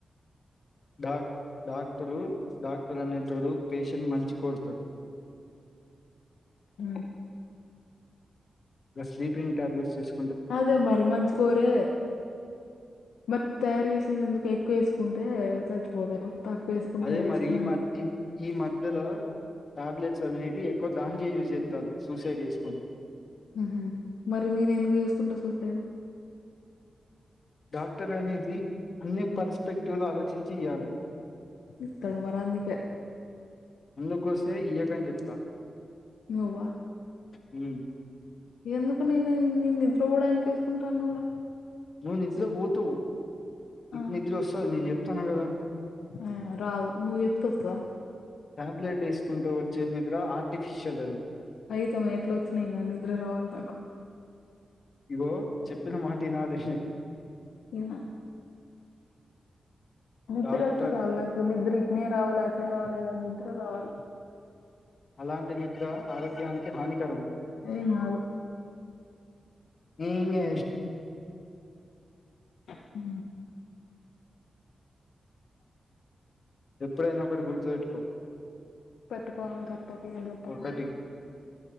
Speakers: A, on the left (about 60°); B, on the left (about 85°).
A: డా డాక్టరు డాక్టర్ అనేటోడు పేషెంట్ మంచి కొడుతడు
B: ఊ
A: గా స్లీపింగ్ టాబ్లెట్స్ ఏస్
B: అదే మరి మంచి కోరే మరి తయారు చేసింది ఎందుకు ఎక్కువ వేసుకుంటే చచ్చిపోతారు తక్కువ <unintelligible>
A: అదే
B: వేసుకునే
A: మరి ఈ <unintelligible>
B: అంత
A: ఈ మధ్యలో టాబ్లెట్స్ అనేవి ఎక్కువ <unintelligible> యూజ్ చేస్తారు సూసైడ్ చేసుకోనికి
B: హు మరి నేను ఎందుకు చేసుకుంటా సూసైడ్
A: డాక్టర్ అనేది అన్ని పర్స్పెక్టివ్ లో ఆలోచించి ఇయ్యాలే
B: ఇతడు మరి అందుకే
A: <unintelligible> వస్తే ఇయకని చెప్తా
B: నువ్వ
A: హు
B: ఎందుకు నేను మీ నిద్ర పోడానికి వేసుకుంటాను కూడా
A: నువ్వు నిద్ర పోతావ్ ఇక
B: ఆ
A: నిద్ర వస్తది నేను చెప్తాన కదా
B: ఆ రాదు నువ్వు చెప్తే వత్తదా
A: టాబ్లెట్ వేసుకుంటే వచ్చే నిద్ర ఆర్టిఫిషియల్ అది
B: <unintelligible> ఎట్లా వచ్చినాయి కానీ నిద్ర రావాలి నాకు
A: ఇగో చెప్పిన మాట ఇనలే
B: ఇన నిద్ర
A: డాక్టర్
B: వస్తే కావాలి నాకు నిద్ర ఇప్పునే రావాలి అతనే రావాలి కదా నిద్ద్ర రావాల
A: అలాంటి నిద్ర ఆరోగ్యానికి హానికరం
B: ఏం కాదు
A: ఏ
B: హు
A: ఎప్పుడైన ఒకటి గుర్తు పెట్టుకో
B: పెట్టుకోను చెప్పకు ఏం చెప్పక
A: ఒకటి
B: నాకు